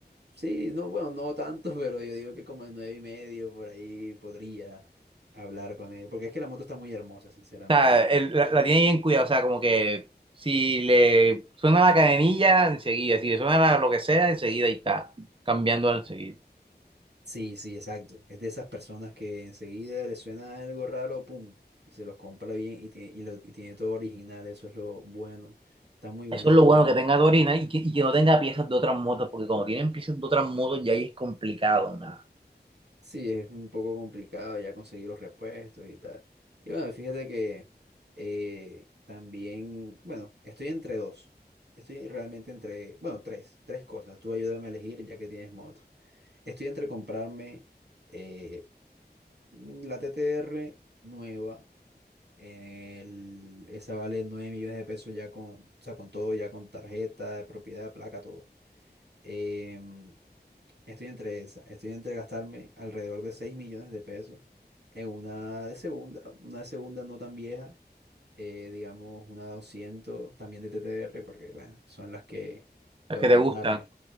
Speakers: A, on the right; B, on the right.
A: Sí, no, bueno, no tanto, <laughs> pero yo digo que como en nueve y medio por ahí podría hablar con él. Porque es que la moto está muy hermosa, sinceramente.
B: sea, el- la, la tiene bien cuidada. O sea, como que si le suena la cadenilla, enseguida. Si le suena la- lo que sea, enseguida ahí está. Cambiando enseguida.
A: Sí, sí, exacto. Es de esas personas que enseguida le suena algo raro, pum, y se los compra bien y tiene, y lo, y tiene todo original, eso es lo bueno. Está muy bonita.
B: Eso es lo bueno que tenga Torina y que, y que no tenga piezas de otras motos, porque cuando tienen piezas de otras motos ya ahí es complicado, nada.
A: Sí, es un poco complicado ya conseguir los repuestos y tal. Y bueno, fíjate que eh, también, bueno, estoy entre dos. Estoy realmente entre, bueno, tres, tres cosas. Tú ayúdame a elegir ya que tienes moto. Estoy entre comprarme eh, la TTR nueva eh, El- esa vale 9 millones de pesos ya con, o sea, con todo, ya con tarjeta, propiedad, placa, todo. Em, estoy entre esa, estoy entre gastarme alrededor de 6 millones de pesos en una de segunda, una de segunda no tan vieja, eh, digamos una 200 también de TTR, porque bueno, son las que puedo
B: Las que te
A: comprarme.
B: gustan.